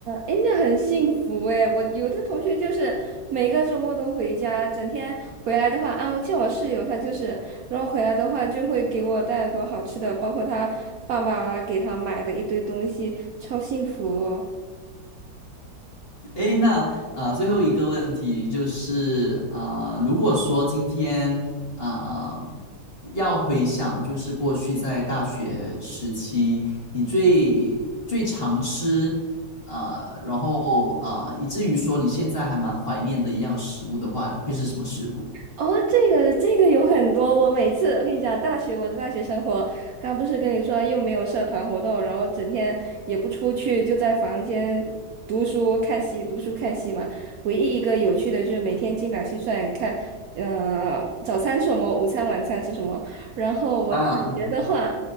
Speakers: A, on the right; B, on the left.
A: 哎，那很幸福哎！我有的同学就是每个周末都回家，整天回来的话，啊，我见我室友，他就是，然后回来的话就会给我带很多好吃的，包括他爸爸给他买的一堆东西，超幸福哦。
B: 诶，那啊、呃最后一个问题就是啊、呃如果说今天啊、要回想，就是过去在大学时期，你最最常吃啊、呃然后啊、呃以至于说你现在还蛮怀念的一样食物的话，会是什么食物？
A: 哦，这个这个有很多，我每次我跟你讲，大学我的大学生活，刚不是跟你说又没有社团活动，然后整天也不出去，就在房间读书看戏，读书看戏嘛。唯一一个有趣的就是每天精打细算看，呃，早餐是什么，午餐晚餐是什么。然后我大学的话，
B: 啊